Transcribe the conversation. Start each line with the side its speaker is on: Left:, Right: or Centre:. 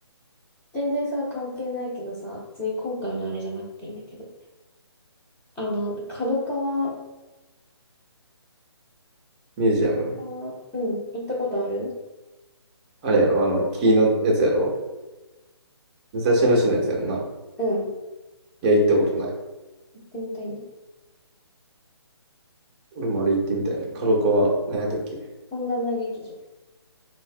Left: 全然さ、関係ないけどさ、別に今回のあれじゃなくていいんだけど。あの、角川、
Right: ミュージアム。
Left: 角川、うん、行ったことある
Right: あれやろ、あの、木のやつやろ。武蔵野市のやつやんな。
Left: うん、
Right: いや、行ったことない。
Left: 行ってみたいんだよ。
Right: 俺もあれ行ってみたいな。角川、何やったっけ
Left: 本棚劇場。